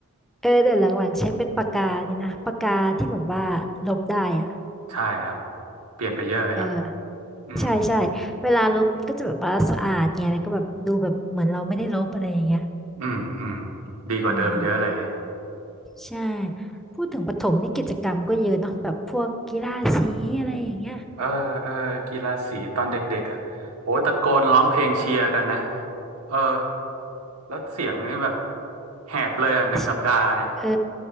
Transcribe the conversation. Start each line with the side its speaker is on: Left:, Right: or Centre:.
Centre: เออแต่หลังๆใช้เป็นปากกานี่นะปากกาที่แบบว่าลบได้อ่ะ
Right: ใช่ครับเปลี่ยนไปเยอะเลยครับ
Centre: เออ
Right: อืม
Centre: ใช่ใช่เวลาลบมันก็จะแบบว่าสะอาดไงแล้วก็แบบดูแบบเหมือนเราไม่ได้ลบอะไรอย่างเงี้ย
Right: อืม อืม ดีกว่าเดิมเยอะเลย
Centre: อืมใช่พูดถึงประถมนี่กิจกรรมก็เยอะเนาะแบบพวกกีฬาสีอะไรอย่างเงี้ย
Right: เออเออกีฬาสีตอนเด็กๆอ่ะโอ้ตะโกนร้องเพลงเชียร์กันนะเออแล้วเสียงนี่แบบแหบเลยอ่ะหนึ่งสัปดาห์เนี่ย
Centre: ชิเออ